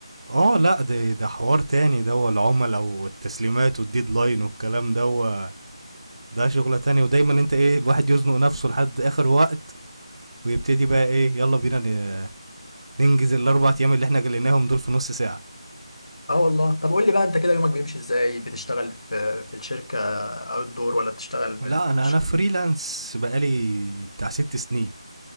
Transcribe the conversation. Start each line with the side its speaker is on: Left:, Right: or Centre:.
Right: اه لا ده ده حوار تاني ده هو العملاء والتسليمات والديدلاين والكلام ده هو ده شغلة تانية ودايما انت ايه الواحد يزنق نفسه لحد اخر وقت ويبتدي بقى ايه يلا بينا ن- ننجز الاربع ايام اللي احنا جليناهم دول في نص ساعة
Left: اه والله طب قول لي بقى انت كده يومك بيمشي ازاي بتشتغل في في الشركه او الدور ولا بتشتغل
Right: لا
Left: في
Right: انا
Left: الشركه
Right: انا فريلانس بقالي بتاع ست سنين